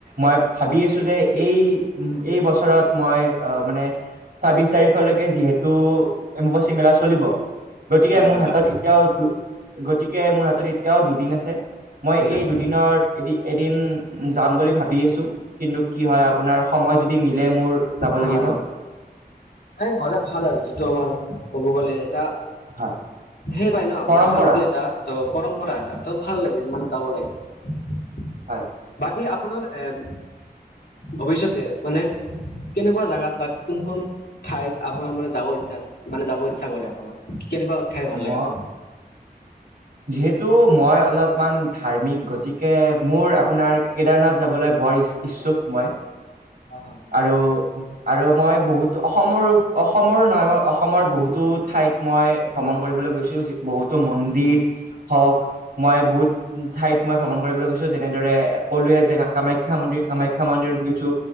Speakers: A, on the right; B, on the left.
A: মই ভাবি আছোঁ যে এই এই এই বছৰত মই মানে ছাব্বিশ তাৰিখলৈকে যিহেতু অম্বুবাচী মেলা চলিব, গতিকে
B: হয়
A: মোৰ
B: হয়
A: হাতত
B: হয়
A: এতিয়াও গতিকে মোৰ হাতত এতিয়াও দুদিন আছে। মই
B: দুদিন
A: এই
B: আছে
A: দুদিনৰ এদ এদিন যাম বুলি ভাবি আছোঁ। কিন্তু কি হয় আপোনাৰ সময় যদি মিলে মোৰ যাব
B: হয়
A: লাগিব।
B: হয় হয় এই গলে ভাল আৰু যিটো আমাৰ ক'ব গ'লে এটা
A: হয়
B: সেই পাই ন'
A: পৰম্পৰা,
B: না শান্তি এটা ত' পৰম্পৰা এটা ত' ভাল লাগে মানে যাব লাগে।
A: হয়।
B: বাকী আপোনাৰ এ ভৱিষ্যতে মানে কেনেকুৱা জাগাত বা কোন কোন ঠাইত আপোনাৰ মানে যাব ইচ্ছা, মানে যাব ইচ্ছা কৰে আপোনাৰ? কেনেকুৱা ঠাই ভাল
A: ম
B: লাগে আপোনাৰ?
A: যিহেতু মই অলপমান ধাৰ্মিক গতিকে মোৰ আপোনাৰ কেদাৰনাথ যাবলৈ বৰ ইচ্ছুক মই
B: হয় হয় হয়
A: আৰু - আৰু মই বহুত অসমৰো অসমৰো নহয় মই অসমৰ বহুতো ঠাইত মই ভ্ৰমণ কৰিবলৈ গৈছো বহুতো টো মন্দিপ হওক মই বহুত ঠাইত মই ভ্ৰমণ কৰিবলৈ গৈছো যেনেদৰে কলোৱে যে কামাখ্যা <unintelligible> মন্দিৰ কামাখ্যা মন্দিৰত গৈছো